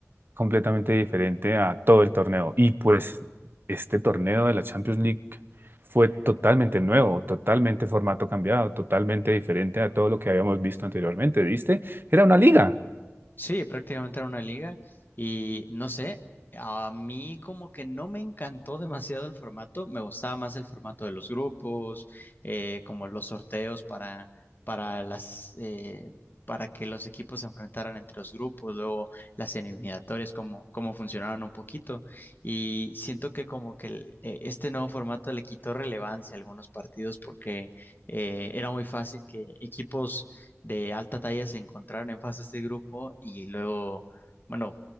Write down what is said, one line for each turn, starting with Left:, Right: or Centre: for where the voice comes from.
Right: completamente diferente a todo el torneo. Y pues este torneo de la Champions League fue totalmente nuevo, totalmente formato cambiado, totalmente diferente a todo lo que habíamos visto anteriormente, ¿viste? Era una liga.
Left: Sí, prácticamente era una liga y no sé, a mí como que no me encantó demasiado el formato, me gustaba más el formato de los grupos, eh, como los sorteos para, para las, eh, para que los equipos se enfrentaran entre los grupos, luego las eliminatorias, como cómo funcionaron un poquito y siento que como que el- eh, este nuevo formato le quitó relevancia a algunos partidos porque eh, era muy fácil que equipos de alta talla se encontraran en fases de grupo y luego, bueno,